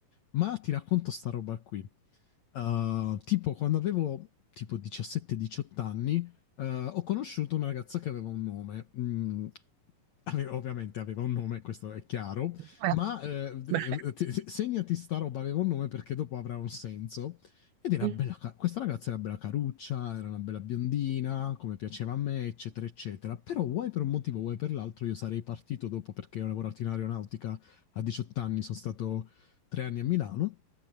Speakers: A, on the left; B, on the right.
A: ma ti racconto sta roba qui. Uh, tipo quando avevo tipo 17-18 anni, uh, ho conosciuto una ragazza che aveva un nome. Mm, aveva- ovviamente aveva un nome, questo è chiaro,
B: Beh,
A: ma eh, d-
B: beh.
A: t- segnati sta roba aveva un nome perché dopo avrà un senso. Ed era
B: Mm,
A: bella, ca- questa ragazza era bella caruccia, era una bella biondina, come piaceva a me, eccetera, eccetera. Però vuoi per un motivo, vuoi per l'altro, io sarei partito dopo perché ho lavorato in aeronautica a 18 anni, sono stato tre anni a Milano,